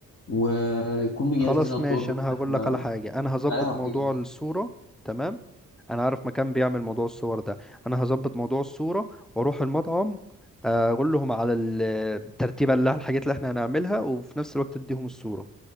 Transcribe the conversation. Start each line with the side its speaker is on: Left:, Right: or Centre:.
Left: ويكون مجهز
Centre: خلاص
Left: لنا الطرد
Centre: ماشي
Left: اللي
Centre: انا هقول
Left: احنا
Centre: لك على حاجه انا هظبط
Left: بنقول عليها والحاجات
Centre: موضوع
Left: دي
Centre: الصوره تمام انا عارف مكان بيعمل موضوع الصور ده انا هظبط موضوع الصوره واروح المطعم آه، اقول لهم على ال- الترتيبه اللي الحاجات اللي احنا هنعملها وفي نفس الوقت اديهم الصوره